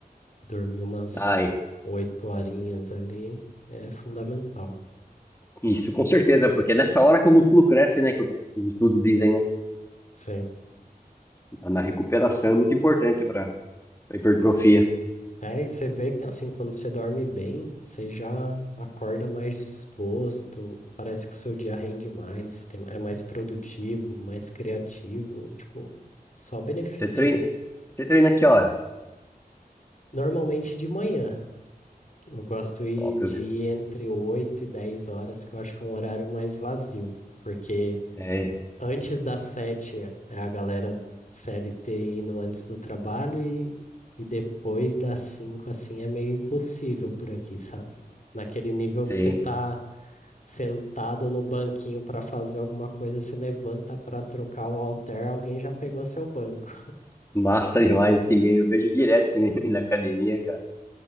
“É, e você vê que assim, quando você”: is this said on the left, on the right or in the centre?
Left